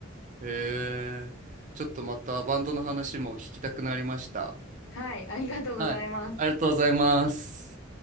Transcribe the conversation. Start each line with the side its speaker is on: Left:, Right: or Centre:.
Right: うん。へえ、ちょっとまたバンドの話も聞きたくなりました。
Left: はい、ありがとうございます。
Right: はい、ありがとうございます。